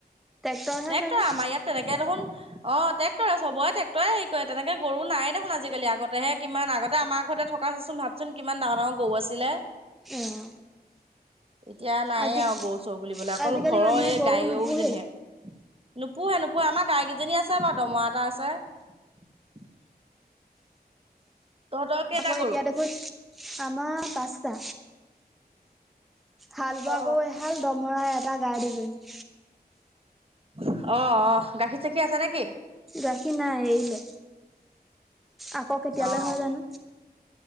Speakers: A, in the centre; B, on the right.
A: ট্ৰেক্টৰহে
B: দেক
A: চাগে।
B: তই আমাৰ ইয়াত তেনেকে দেখোন অ', ট্ৰেক্টৰে চবৰে ট্ৰেক্টৰে হেৰি কৰে তেনেকে গৰু নাই দেখোন আজিকালি আগতেহে কিমান আগতে আমাৰ ঘৰতে থকাচোন ভাবচোন কিমান ডাঙৰ ডাঙৰ গৰু আছিলে।
A: অ'।
B: এতিয়া নায়ে
A: আজি
B: আৰু গৰু চৰু বুলিবলে অকল
A: আজিকালি
B: ঘৰৰ
A: মানুহে
B: এই
A: গৰু
B: গাই
A: নোপোহেই।
B: গৰুকেইজনীহে। নোপোহে নোপোহে আমাৰ গাইকেইজনী আছে বাৰু, দমৰা এটা আছে। তহঁতৰ কেইটা
A: আকৌ
B: গৰু
A: এতিয়া দেখোন আমাৰ পাঁচটা। হাল বোৱা
B: অ
A: গৰু এহাল, দমৰা এটা, গাই দুজনী।
B: অ', অ', গাখীৰ চাখীৰ আছে নে কি?
A: গাখীৰ নাই এৰিলে। আকৌ কেতিয়ালৈ
B: অ
A: হয় জানো,